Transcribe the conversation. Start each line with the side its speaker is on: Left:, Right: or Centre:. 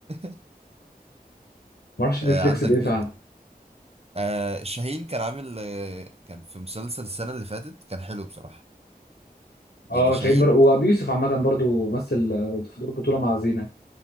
Right: <laughs>
Left: معرفش
Right: آه
Left: بيفليكس
Right: عندك
Left: بإيه
Right: مين
Left: فعلا
Right: آه شاهين كان عامل آه كان في مسلسل السنة اللي فاتت كان حلو بصراحة يعني
Left: أه
Right: شاهين
Left: شاهين بر... وأبي يوسف عامة برضه مثل في دور بطولة مع زينة